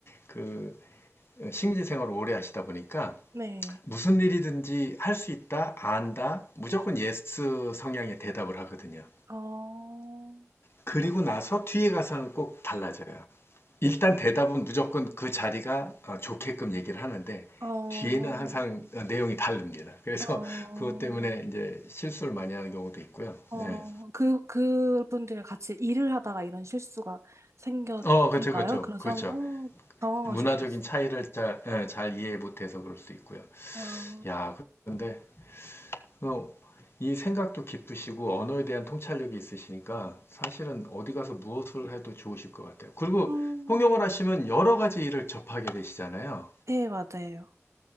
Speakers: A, on the left (about 50°); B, on the right (about 70°).
A: 그 어, 식민지 생활을 오래 하시다 보니까
B: 네.
A: 무슨 일이든지 할 수 있다, 안다, 무조건 예스 성향의 대답을 하거든요.
B: 어, 어,
A: 그리고 나서 뒤에 가서는 꼭 달라져요. 일단 대답은 무조건 그 자리가 어, 좋게끔 얘기를 하는데
B: 어, 어,
A: 뒤에는 항상 어, 내용이 다릅니다. 그래서
B: 어,
A: 그것 때문에 이제 실수를 많이 하는 경우도 있고요.
B: 어,
A: 예.
B: 그, 그분들이 같이 일을 하다가 이런 실수가 생겼을까요?
A: 어, 그렇죠, 그렇죠,
B: 그런
A: 그렇죠.
B: 상황, 어, 당황하셨겠어요.
A: 문화적인 차이를 잘, 예, 잘 이해 못해서 그럴 수도 있고요.
B: 아,
A: 야, 그런데 어, 이 생각도 깊으시고 언어에 대한 통찰력이 있으시니까 사실은 어디 가서 무엇을 해도 좋으실 것 같아요. 그리고
B: 음,
A: 통역을
B: 네,
A: 하시면 여러 가지 일을 접하게 되시잖아요.
B: 네, 맞아요.